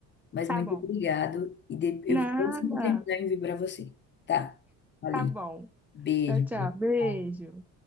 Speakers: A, on the left; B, in the centre.
A: Mas
B: Tá
A: muito
B: bom.
A: obrigado e de- eu
B: Nada.
A: vou sempre terminar e enviar para você, tá? Ali.
B: Tá bom.
A: Beijo.
B: Tchau, tchau. Beijo.
A: Tchau.